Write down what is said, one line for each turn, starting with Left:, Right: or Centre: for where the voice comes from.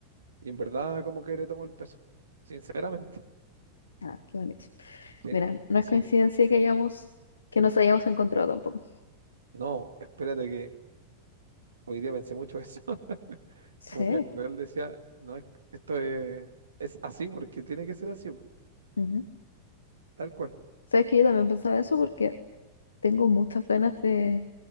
Right: Y en verdad, como que le tomo el peso. Sinceramente.
Left: Ah, qué bonito.
Right: Sí.
Left: Mira, no
Right: Así,
Left: es coincidencia que hayamos, que nos hayamos encontrado tampoco.
Right: no, espérate que hoy día pensé mucho eso. <laughs>
Left: Sí.
Right: Como que Real decía, no es, esto es, es así porque tiene que ser así, po,
Left: ujú.
Right: tal cual.
Left: Sabes que yo también pensaba eso porque tengo muchas ganas de